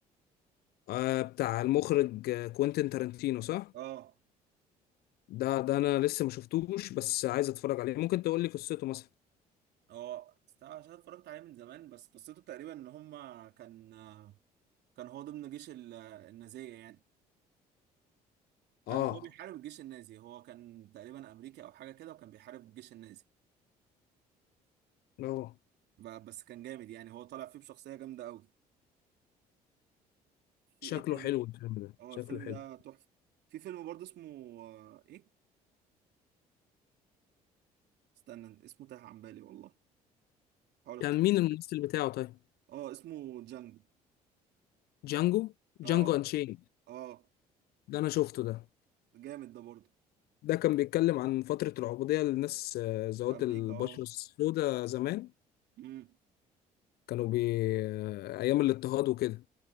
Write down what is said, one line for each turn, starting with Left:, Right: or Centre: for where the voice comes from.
Left: آه بتاع المخرج آه، كوينتين تارانتينو صح
Right: اه
Left: ده ده انا لسه ما شفتوش بس عايز اتفرج عليه ممكن تقول لي قصته مثلا
Right: اه است- عشان اتفرجت عليه من زمان بس قصته تقريبا ان هما كان آه، كان هو ضمن جيش ال- آه، النازية يعني كان
Left: اه
Right: هو بيحارب الجيش النازي هو كان تقريبا امريكي او حاجة كده وكان بيحارب الجيش النازي
Left: اه
Right: ب- بس كان جامد يعني هو طالع فيه بشخصية جامدة قوي في
Left: شكله
Right: ايه تاني
Left: حلو الفيلم ده
Right: اه
Left: شكله
Right: الفيلم
Left: حلو
Right: ده تحفة في فيلم برضه اسمه آه، ايه استنى اسمه تاه عن بالي والله حاول افتكر
Left: كان مين الممثل بتاعه طيب
Right: اه اسمه جانجو
Left: جانجو
Right: اه
Left: جانجو انشين
Right: اه
Left: ده انا شفته ده
Right: جامد ده برضه
Left: ده كان بيتكلم عن فترة العبودية للناس آه، ذوات
Right: في امريكا
Left: البشرة
Right: اه
Left: السوداء زمان
Right: امم
Left: كانوا بي آه، ايام الاضطهاد وكده